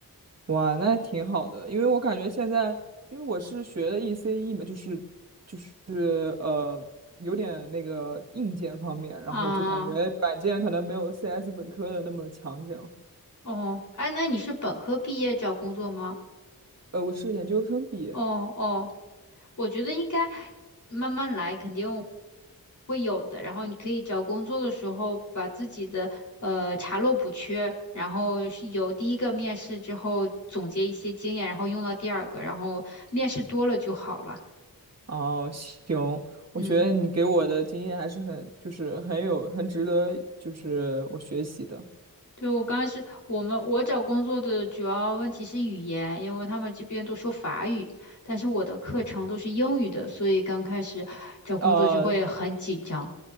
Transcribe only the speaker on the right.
哇，那挺好的，因为我感觉现在，因为我是学的 ECE 嘛，就是就是呃，有点那个硬件方面，然后就感觉软件可能没有
CS 本科的那么强，这样。
呃，我是研究生毕业。
哦，行，我觉得你给我的经验还是很，
就是很有，很值得，就是我学习的。
呃，